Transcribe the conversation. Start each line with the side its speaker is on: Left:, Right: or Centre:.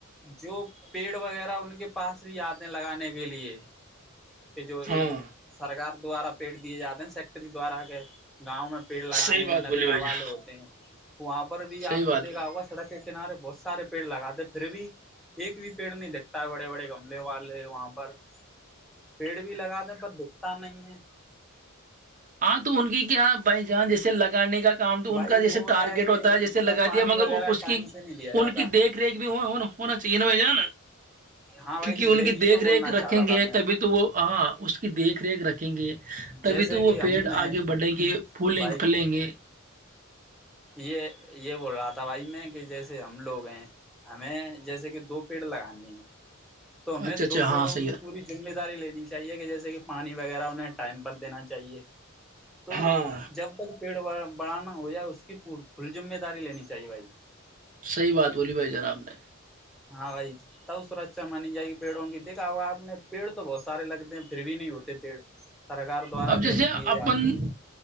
Centre: جو پیڑ وغیرہ ان کے پاس بھی آتے ہیں لگانے کے لیے کہ جو
Right: ہاں
Centre: سرکار دوارا پیٹ دیے جاتے ہیں ن سیکٹری دوارا کے گاؤں میں پیڑ لگانے
Right: صحیح بات
Centre: جو ندی
Right: بولی بھائی جان
Centre: والے ہوتے ہیں وہاں پر بھی
Right: صحیح
Centre: آپ
Right: بات
Centre: نے دیکھا
Right: بولی
Centre: ہوگا سڑک کے کنارے بہت سارے پیڑ لگاتے پھر بھی ایک بھی پیڑ نہیں دکھتا بڑے بڑے گملے والے وہاں پر پیڑ بھی لگا دیں پر دکھتا نہیں ہے
Right: ہاں تو ان کی کیا بہ جان جیسے لگانے کا کام تو
Centre: بھائی
Right: ان کا
Centre: وہ
Right: جیسے ٹارگیٹ
Centre: کہ
Right: ہوتا
Centre: انہیں
Right: ہے جیسے لگا
Centre: پانی
Right: دیا مگر
Centre: وغیرہ
Right: اس
Centre: ٹائم
Right: کی
Centre: سے نہیں دیا جاتا
Right: ان کی دیکھ ریکھ بھی نا ہونا چاہیے ناان نا
Centre: ہاں بھائی
Right: کیونکہ ان
Centre: یہی
Right: کی دیکھ
Centre: تو
Right: ریکھ
Centre: بولنا
Right: رکھیں
Centre: چاہتا
Right: گے
Centre: تھا میں
Right: تبھی تو وہ ہاں اس کی دیکھ ریکھ رکھیں گے تبھی
Centre: جیسے
Right: تو
Centre: کہ
Right: وہ
Centre: ہم میں
Right: آگے بڑھیں گے پھول لیں
Centre: بھائی
Right: گے کلیں گے
Centre: یہ یہ بول رہا تھا بھائی میں کہ جیسے ہم لوگ ہیں ہمیں جیسے کہ دو پیڑ لگانے ہیں تو ہمیں
Right: اچھا اچھا
Centre: دو پیڑوں
Right: ہاں صحیح
Centre: کی
Right: ہے
Centre: پوری ذمہ داری لینی چاہیے کہ جیسے جے کہ پانی وغیرہ انہیں ٹائم پر دینا چاہیے تو
Right: ہاں
Centre: جب تک پیڑ بڑاانا ہو جائے اس کی فل ذمہ داری لینی چاہیے بھائی
Right: صحیح بات بولی بھائی جناب نے
Centre: ہاں بھائی توب سورج اا مانی جائےی پیڑوں کی دیکا ہو آپ نے پیڑ تو بہت سارے لگتے ہیں پھر بھی نہیں ہوتے پیڑ سرکار دوارا
Right: اب جیسے
Centre: دیے جاتے
Right: اپن